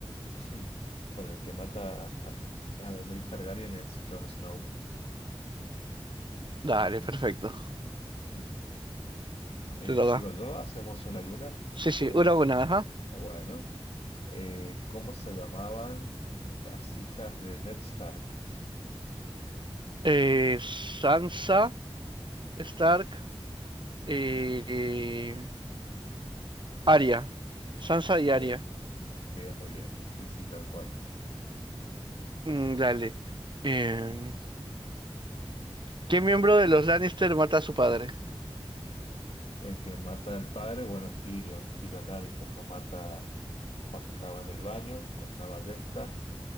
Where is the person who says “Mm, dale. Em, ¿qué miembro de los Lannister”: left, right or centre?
Right